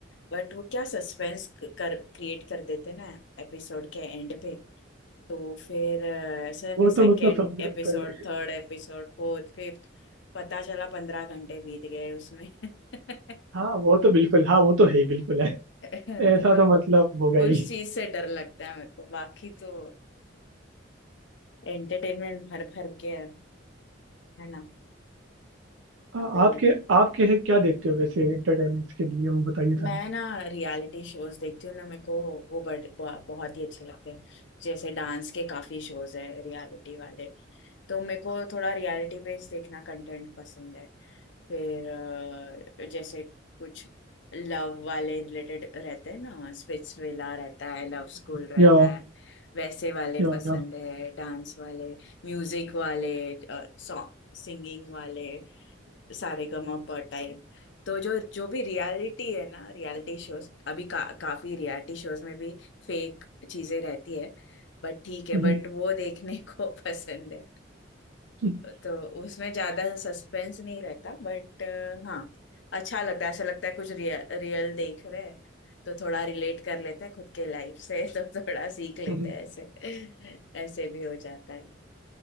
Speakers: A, on the left; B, on the right.
A: बट वो क्या सस्पेंस कर क्रिएट कर देते हैं ना एपिसोड के एंड पे तो फिर अ, ऐसे
B: वो
A: फिर second
B: तो मतलब सब में होता
A: episode
B: ही है
A: third episode fourth fifth पता चला पंद्रह घंटे बीत गए उसमें <laughs>
B: हाँ वो तो बिल्कुल हाँ वो तो है ही बिल्कुल है
A: तो
B: ऐसा तो मतलब होगा ही
A: उस चीज से डर लगता है मेरे को बाकी तो एंटरटेनमेंट भर भर के है है ना
B: आ-
A: अवेलेबल
B: आपके आप कैसे क्या देखते हो वैसे एंटरटेनमेंट के लिए वो बताइए
A: मैं
B: था
A: ना रियलिटी शोज देखती हूँ ना मेरे को वो बड़, ब- बहुत ही अच्छे लगते हैं जैसे डांस के काफी शोज है रियलिटी वाले तो मेरे को थोड़ा रियलिटी बेस्ड देखना कंटेंट पसंद है फिर अ, जैसे कुछ लव वाले रिलेटेड रहते हैं ना स्पिट्स विला रहता है लव स्कूल रहता
B: या
A: है वैसे वाले
B: या
A: पसंद
B: या
A: है डांस वाले म्यूजिक वाले सॉन्ग सिंगिंग वाले सारेगामापा टाइप तो जो जो भी रियलिटी है ना रियलिटी शोज अभी का, काफी रियलिटी शोज में भी फेक चीजें रहती है बट ठीक है
B: हम्म,
A: बट वो देखने को <laughs> पसंद है
B: हम्म,
A: तो उसमें ज्यादा सस्पेंस नहीं रहता बट हाँ अच्छा लगता है ऐसा लगता है कुछ रियल रियल देख रहे हैं तो थोड़ा रिलेट कर लेते हैं खुद के लाइफ से <laughs> तो थोड़ा सीख लेते
B: हम्म,
A: हैं ऐसे ऐसे भी हो जाता है